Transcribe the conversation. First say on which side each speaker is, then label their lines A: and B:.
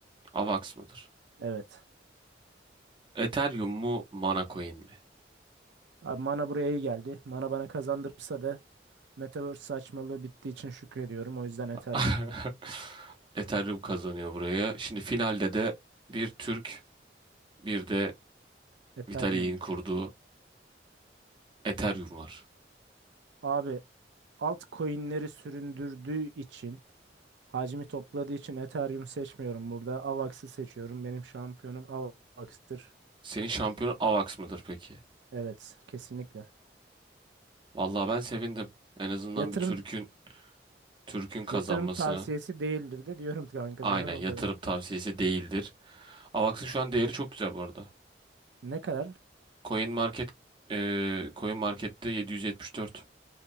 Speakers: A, on the right; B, on the right.
A: AVAX mıdır?
B: Evet.
A: Ethereum mu, Mana Coin mi?
B: Abi mana buraya iyi geldi. Mana bana kazandırırsa da Metaverse saçmalığı bittiği için şükrediyorum. O yüzden Ethereum.
A: <laughs> Ethereum kazanıyor buraya. Şimdi finalde de bir Türk, bir de
B: Ethereum
A: Vitalik'in
B: var.
A: kurduğu Ethereum var.
B: Abi altcoin'leri süründürdüğü için hacmi topladığı için Ethereum seçmiyorum burada. Avax'ı seçiyorum. Benim şampiyonum Avax'tır.
A: Senin şampiyonun Avax mıdır peki?
B: Evet, kesinlikle.
A: Vallahi ben sevindim. En azından
B: Yatırım
A: bir Türk'ün Türk'ün kazanmasına
B: yatırım tavsiyesi değildir de diyorum kanka
A: aynen
B: sana
A: yatırım
B: o kadar.
A: tavsiyesi değildir. Avax'ın şu an değeri çok güzel bu arada.
B: Ne kadar?
A: Coin Market eee Coin Market'te 774.